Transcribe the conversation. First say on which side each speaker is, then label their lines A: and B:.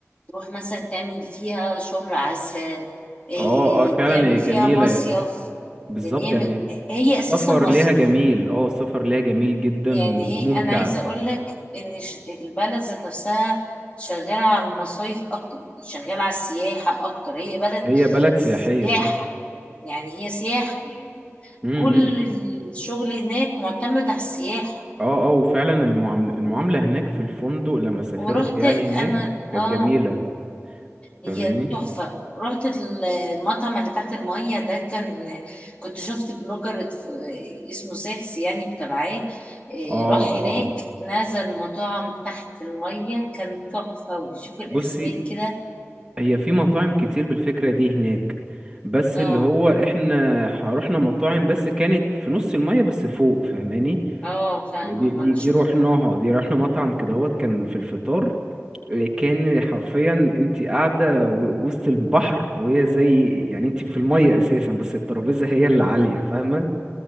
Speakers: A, on the left; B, on the right.
A: تروح مثلا تعمل فيها شهر عسل إيه
B: اه اه فعلا
A: تعمل
B: هي جميلة
A: فيها مصيف
B: يعني بالظبط
A: لان هي
B: يعني
A: من هي
B: السفر
A: اساسا مصيف
B: ليها جميل اه السفر ليها جميل جدا
A: يعني
B: وممتع
A: هي انا عايزه اقول لك ان ش- البلد ذات نفسها شغاله على المصايف اكتر شغاله على السياحه اكتر هي بلد
B: هي بلد سياحية
A: سياحه يعني هي سياحه يعني
B: امم
A: كل الشغل هناك معتمد على السياحه
B: اه اه وفعلا المعامل المعاملة هناك في الفندق لما سافرت
A: ورحت
B: يعني هناك
A: انا
B: كانت
A: اه
B: جميلة
A: هي
B: فاهماني
A: تحفة رحت ال- المطعم اللي تحت المية ده كان كنت شفت بلوجر اتف- اسمه سيفس يعني بتابعاه إيه،
B: اه اه
A: راح هناك
B: آه.
A: نزل مطاعم تحت المية كان تحفة وبيشوف الأسماك
B: بصي
A: كده
B: هي في مطاعم كتير بالفكرة دي هناك بس
A: اه
B: اللي هو احنا ح- رحنا مطاعم بس كانت في نص المية بس فوق فاهماني
A: اه فاهمة
B: يعني دي
A: ما
B: دي
A: انا
B: دي
A: شفته
B: رحناها دي رحنا مطعم كدهوت كان في الفطار إيه، كان حرفيا انت قاعدة و- وسط البحر وهي زي يعني انت في المية اساسا بس الترابيزة هي اللي عالية فاهمة؟